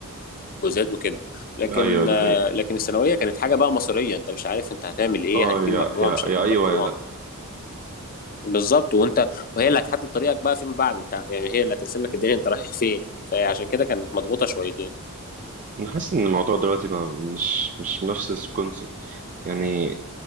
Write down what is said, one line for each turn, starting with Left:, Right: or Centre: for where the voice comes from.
Left: والكوزات وكده لكن
Right: ايوه ده
Left: آه،
Right: حقيقة
Left: لكن الثانويه كانت حاجه بقى مصريه انت مش عارف انت هتعمل ايه
Right: اه
Left: هتجيب
Right: يا
Left: مجموع
Right: يا
Left: مش هتجيب
Right: يا ايوه
Left: مجموع
Right: يا لا
Left: بالظبط وانت وهي اللي هتحدد طريقك بقى فيما بعد انت يعني هي اللي هترسم لك الدنيا انت رايح فين فعشان كده كانت مضغوطه شويتين
Right: انا حاسس ان الموضوع دلوقتي بقى مش مش نفس الكونسبت يعني